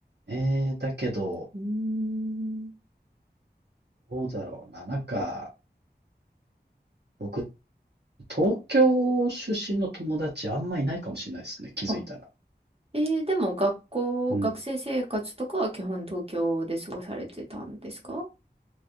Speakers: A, on the right; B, on the right.
A: ね。だけど、
B: うーん。
A: どうだろうな。なんか、僕、東京出身の友達あんまいないかもしれないですね、気づいたら。
B: あ、えー、でも学校、
A: うん、
B: 学生生活とかは基本東京で過ごされてたんですか